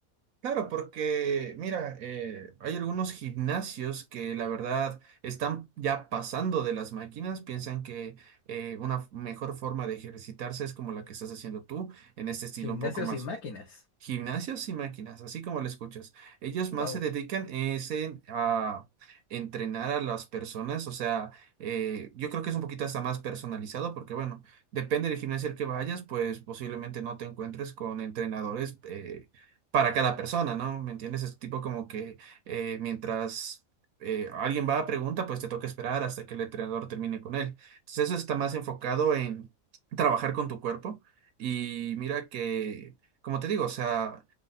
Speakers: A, on the right (about 75°); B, on the left (about 90°).
A: Claro, porque mira, eh, hay algunos gimnasios que la verdad están ya pasando de las máquinas, piensan que eh, una f- mejor forma de ejercitarse es como la que estás haciendo tú, en este estilo
B: Gimnasios
A: un poco más
B: y máquinas.
A: Gimnasios y máquinas, así como lo escuchas. Ellos
B: Wow.
A: más se dedican es en, a entrenar a las personas, o sea, eh, yo creo que es un poquito hasta más personalizado porque, bueno, depende del gimnasio al que vayas, pues posiblemente no te encuentres con entrenadores eh, para cada persona, ¿no? ¿Me entiendes? Es tipo como que eh, mientras eh, alguien va a pregunta, pues te toca esperar hasta que el entrenador termine con él. Entonces eso está más enfocado en trabajar con tu cuerpo. Y mira que como te digo, o sea,